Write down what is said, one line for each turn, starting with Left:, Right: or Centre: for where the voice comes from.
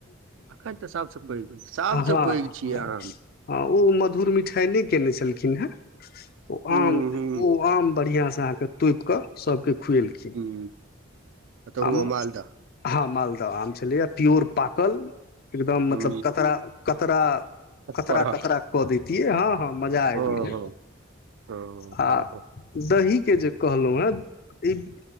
Right: अखन तऽ सब स पैघ सभसँ
Left: हाँ हाँ
Right: पैघ छियै आम
Left: हाँ उ मधुर मिठाय नै केने छैलखिन हय। उ
Right: हूं
Left: आम
Right: हूं
Left: उ आम बढ़ियाँ से आ के तौएप के सबके खुएलखिन
Right: हूं तहुमे
Left: आ म
Right: मालदह
Left: हाँ माल तऽ आम छलैया प्योर पाकल। एगदम
Right: हूं
Left: मतलब कतरा कतरा कतरा
Right: परहक
Left: कतरा कऽ देैतिये, हाँ हाँ मजा आब
Right: हँ हँ
Left: गेलै
Right: हँ
Left: आ
Right: हँ
Left: दही के जे कहलौ एं। ई